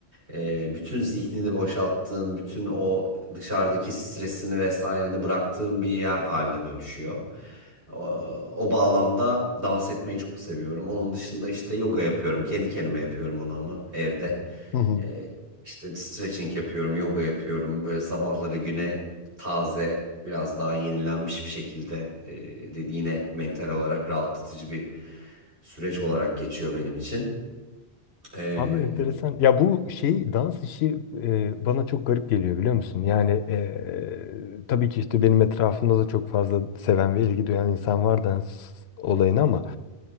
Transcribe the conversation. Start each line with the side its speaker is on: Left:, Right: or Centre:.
Right: Ee, bütün zihnini boşalttığın bütün o dışarıdaki stresini vesaireni bıraktığın bir yer haline dönüşüyor. O, o bağlamda dans etmeyi çok seviyorum. Onun dışında işte yoga yapıyorum kendi kendime yapıyorum onu ama evde.
Left: Hı hı.
Right: Ee, işte stretching yapıyorum, yoga yapıyorum. Böyle sabahları güne taze, biraz daha yenilenmiş bir şekilde e, dedi yine mental olarak rahatlatıcı bir süreç olarak geçiyor benim için. Ee,
Left: Abi enteresan. Ya bu şey dans işi e, bana çok garip geliyor biliyor musun? Yani e, tabii ki işte benim etrafımda da çok fazla seven ve ilgi duyan insan var dans olayına ama